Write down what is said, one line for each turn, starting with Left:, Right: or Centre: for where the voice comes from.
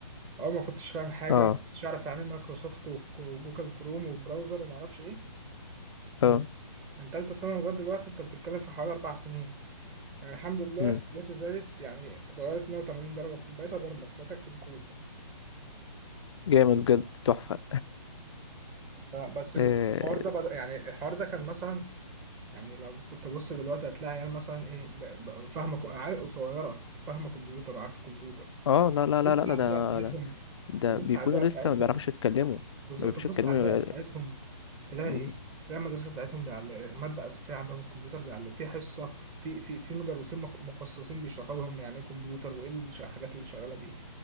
Right: أول ما كنتش فاهم حاجة
Left: اه
Right: ما كنتش أعرف يعني إيه مايكروسوفت وك- وجوجل كروم وبراوزر ومعرفش إيه من
Left: اه
Right: من تالتة ثانوي لغاية دلوقتي أنت بتتكلم في حوالي أربع سنين يعني الحمد لله
Left: مم.
Right: قوتي زادت يعني اتغيرت 180 درجة بقيت أبرمج بقيت أكتب كود
Left: جامد بجد تحفة
Right: آه، بس الحوار
Left: اه
Right: ده بدأ يعني الحوار ده كان مثلا يعني لو بتبص دلوقتي هتلاقي عيال مثلا إيه ب- ب- فاهمة كو- عيال صغيرة فاهمة كمبيوتر وعارفة كمبيوتر
Left: آه، لا لا
Right: بص
Left: لا لا لا،
Right: على
Left: ده
Right: البيئة بتاعتهم
Left: ده ده
Right: تبص
Left: بيكونوا
Right: على البيئة
Left: لسه
Right: بتاعتهم
Left: ما بيعرفوش يتكلموا ما
Right: بالظبط
Left: بيعرفوش
Right: تبص
Left: يتكلموا
Right: على البيئة
Left: ي-
Right: بتاعتهم تلاقي
Left: مم.
Right: إيه؟ تلاقي المدرسة بتاعتهم بيعلم مادة أساسية عندهم الكمبيوتر بيعلم في حصة في في في مدرسين مخ- مخصصين بيشرحوا لهم يعني إيه كمبيوتر وإيه الش- الحاجات اللي شغالة بيه